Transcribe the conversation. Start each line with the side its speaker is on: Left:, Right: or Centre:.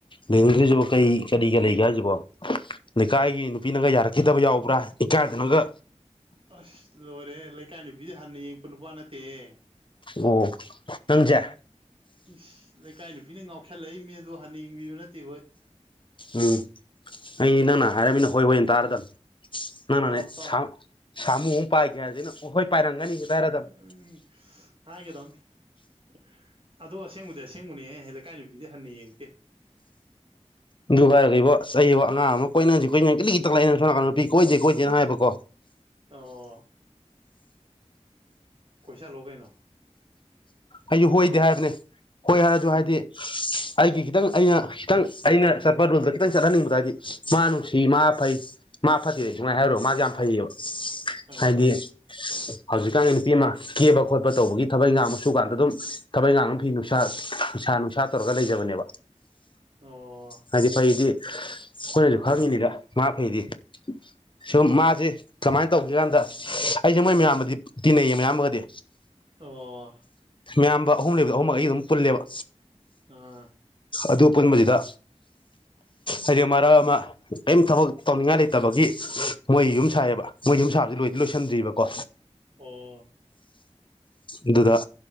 Left: ꯂꯩꯅꯤꯡꯗ꯭ꯔꯤꯁꯤꯕꯣ ꯀꯔꯤ ꯀꯔꯤꯒ ꯂꯩꯒꯦ ꯍꯥꯏꯁꯤꯕꯣ ꯂꯩꯀꯥꯏꯒꯤ ꯅꯨꯄꯤꯅꯒ ꯌꯥꯔꯛꯈꯤꯗꯕ ꯌꯥꯎꯕ꯭ꯔꯥ ꯏꯀꯥꯏꯗꯅꯒ
Right: ꯑꯁ ꯂꯣꯏꯔꯦꯍꯦ ꯂꯩꯀꯥꯏ ꯅꯨꯄꯤꯗꯤ ꯍꯟꯅ ꯌꯦꯡꯉꯛꯄ ꯅꯨꯄꯥ ꯅꯠꯇꯦꯍꯦ
Left: ꯑꯣ ꯅꯪꯖꯦ
Right: ꯏꯁ ꯂꯩꯀꯥꯏ ꯅꯨꯄꯤꯅ ꯉꯥꯎꯁꯜꯂꯛꯏꯃꯤ ꯑꯗꯣ ꯍꯥꯟꯅ ꯌꯦꯡꯕꯤꯕ ꯅꯠꯇꯦ ꯑꯈꯣꯏ
Left: ꯎꯝ ꯑꯩꯗꯤ ꯅꯪꯅ ꯍꯥꯏꯔꯃꯤꯅ ꯍꯣꯏ ꯍꯣꯏꯅ ꯇꯥꯔꯗꯝ ꯅꯪꯅꯅꯦ
Right: ꯇꯥꯎ
Left: ꯁꯥ
Right: ꯇꯥꯎ
Left: ꯁꯥꯃꯨ ꯑꯃ ꯄꯥꯏꯒ꯭ꯔꯦ ꯍꯥꯏꯔꯖꯨ ꯑꯩꯅ ꯍꯣꯏ ꯄꯥꯏꯔꯝꯒꯅꯤ
Right: ꯎꯝ
Left: ꯍꯥꯏꯔꯗꯕꯅꯤ
Right: ꯎꯝ ꯍꯥꯏꯒꯗꯝꯅꯤ ꯑꯗꯣ ꯑꯁꯦꯡꯕꯗꯤ ꯑꯁꯦꯡꯕꯅꯦꯍꯦ ꯂꯩꯀꯥꯏ ꯅꯨꯄꯤꯗꯤ ꯍꯟꯅ ꯌꯦꯡꯉꯛꯇꯦ
Left: ꯑꯗꯨ ꯍꯥꯏꯔꯒ ꯏꯕꯣ ꯑꯁ ꯑꯩꯕꯣ ꯑꯉꯥꯡ ꯑꯃ ꯀꯣꯏꯅꯖꯤ ꯀꯣꯏꯅꯖꯤ ꯒꯤꯔꯤꯒꯤꯔꯤꯇꯛꯂꯛꯑꯦ ꯑꯩꯅ ꯁꯣꯝꯅꯥꯀꯟꯗ ꯅꯨꯄꯤ ꯀꯣꯏꯗꯦ ꯀꯣꯏꯗꯦꯅ
Right: ꯎꯝ
Left: ꯍꯥꯏꯕꯀꯣ
Right: ꯑꯣ ꯀꯣꯏꯁꯥꯜꯂꯣ ꯀꯩꯅꯣ
Left: ꯑꯩꯖꯨ ꯍꯣꯏꯗꯤ ꯍꯥꯏꯕꯅꯦ ꯍꯣꯏ ꯍꯥꯏꯔꯖꯨ
Right: ꯎꯝ
Left: ꯍꯥꯏꯗꯤ ꯑꯩꯒꯤ ꯈꯤꯇꯪ ꯑꯩꯅ ꯈꯤꯇꯪ ꯑꯩꯅ ꯆꯠꯄ ꯔꯨꯜꯗ ꯈꯤꯇꯪ ꯆꯠꯍꯟꯅꯤꯡꯕꯗꯣ ꯍꯥꯏꯗꯤ ꯃꯥ ꯅꯨꯡꯁꯤ ꯃꯥ ꯐꯩ ꯃꯥ ꯐꯠꯇꯦꯗꯤ ꯁꯨꯡꯍꯥꯏ ꯍꯥꯏꯔꯣꯏ ꯃꯥꯖꯦ ꯌꯥꯝ ꯐꯩꯌꯦꯕ
Right: ꯑꯥ
Left: ꯍꯥꯏꯗꯤ ꯍꯧꯖꯤꯛꯀꯥꯟꯒꯤ ꯅꯨꯄꯤ ꯑꯃ ꯀꯦꯕ ꯈꯣꯠꯄ ꯇꯧꯕꯒꯤ ꯊꯕꯛ ꯏꯪꯒꯥꯡ ꯁꯨ ꯀꯥꯟꯗ ꯑꯗꯨꯝ ꯊꯕꯩꯒꯥꯡꯅ ꯐꯤ ꯅꯨꯡꯁꯥ ꯅꯨꯡꯁꯥ ꯅꯨꯡꯁꯥ ꯁꯥ ꯇꯧꯔꯒ ꯂꯩꯖꯕꯅꯦꯕ
Right: ꯑꯣ
Left: ꯍꯥꯏꯗꯤ ꯐꯩꯗꯤ ꯑꯩꯈꯣꯏꯅꯁꯨ ꯈꯪꯉꯤꯅꯤꯗ ꯃꯥ ꯐꯩꯗꯤ ꯁꯨꯝ
Right: ꯎꯝ
Left: ꯃꯥꯁꯦ ꯀꯃꯥꯏꯅ ꯇꯧꯒꯦ ꯀꯥꯟꯗ ꯑꯩꯖꯦ ꯃꯣꯏ ꯃꯌꯥꯝꯕꯗꯤ ꯇꯤꯟꯅꯩꯌꯦ ꯃꯌꯥꯝꯕꯒꯗꯤ
Right: ꯑꯣ
Left: ꯃꯌꯥꯝꯕ ꯑꯍꯨꯝ ꯂꯩꯕꯗꯣ ꯑꯍꯨꯝꯃꯛ ꯑꯩꯒ ꯑꯗꯨꯝ ꯄꯨꯜꯂꯦꯕ
Right: ꯑꯥ
Left: ꯑꯗꯨ ꯄꯨꯟꯕꯖꯤꯗ ꯍꯥꯏꯗꯤ ꯃꯔꯛ ꯑꯃ ꯀꯩꯝ ꯊꯕꯛ ꯇꯧꯅꯤꯡꯉꯥꯏ ꯂꯩꯇꯕꯒꯤ ꯃꯣꯏ ꯌꯨꯝ ꯁꯥꯥꯏꯌꯦꯕ ꯃꯣꯏ ꯌꯨꯝ ꯁꯥꯕꯖꯦ ꯂꯣꯏꯗꯤ ꯂꯣꯏꯁꯤꯟꯗ꯭ꯔꯤꯕꯀꯣ
Right: ꯑꯣ
Left: ꯑꯗꯨꯗ